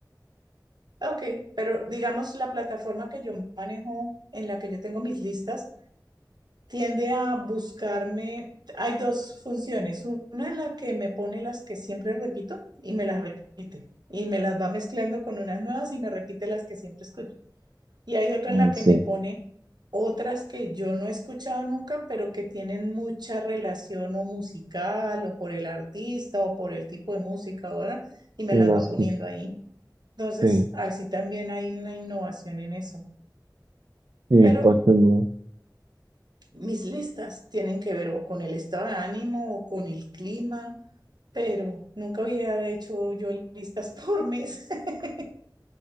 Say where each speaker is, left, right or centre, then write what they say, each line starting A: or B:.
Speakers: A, on the right (about 70°); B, on the right (about 80°).
A: Ok, pero digamos la plataforma que yo manejo, en la que yo tengo mis listas, tiende a buscarme, hay dos funciones, una en la que me pone las que siempre repito y me las repite, y me las va mezclando con unas nuevas y me repite las que siempre escucho. Y hay otra
B: Ah,
A: en la
B: sí.
A: que me pone otras que yo no he escuchado nunca, pero que tienen mucha relación o musical o por el artista o por el tipo de música, ¿verdad? Y me
B: Las
A: las va poniendo
B: que,
A: ahí. Entonces,
B: sí,
A: así también hay una innovación en eso.
B: sí,
A: Pero
B: para que no.
A: mis listas tienen que ver o con el estado de ánimo o con el clima, pero nunca había hecho yo listas por mes. <laughs>